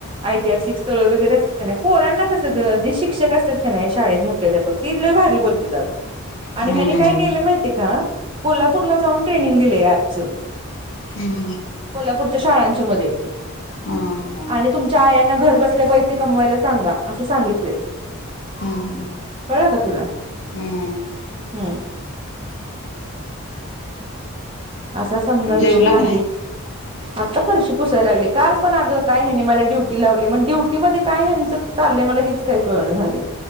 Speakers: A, on the right (about 25°); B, on the left (about 60°).
A: ऐतिहासिक स्थळ वगैरे असतात का नाही, पोरांना कसं ग जे शिक्षक असतात की नाही शाळेत मु ख्याध्यापक ते लई भारी बोलत्यात आगं. आणि
B: हम्म
A: ह्यानी काय केल माहितीय का कोल्हापूरला जाऊन ट्रेनिंग दिले ॲपच.
B: हम्म हम्म.
A: कोल्हापूरच्या शाळांच्या मध्ये.
B: हम्म.
A: आणि तुमच्या आयांना घर बसल्या पैसे कमवायला सांगा. असं सांगितलय
B: हम्म
A: कळलं का तुला?
B: हम्म
A: हम्म. असा समदा
B: जेवला
A: विषय आहे.
B: का नाही
A: आता फरशी पुसायला लागली काल पण आगं काय ह्यानी मला ड्युटी लावली म ड्युटी मध्ये काय ह्यांच चाललय मला हेच काई कळना झालय